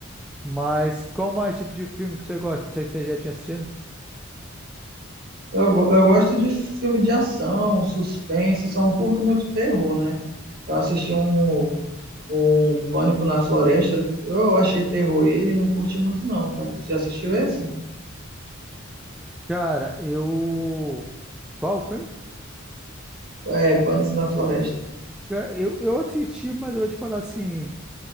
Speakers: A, in the centre; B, on the right (about 50°).
A: Mas qual mais tipo de filme que você gosta? Não sei se você já tinha assistido.
B: Eu, go- eu gosto de filme de ação, suspense, só não curto muito terror, né? Eu assisti um, um Pânico na Floresta, eu achei terror ele, e não curti muito não, cara. Você já assistiu esse?
A: Cara, eu qual filme?
B: É, Pânico na Floresta.
A: Ca- Eu, eu assisti, mas eu vou te falar assim,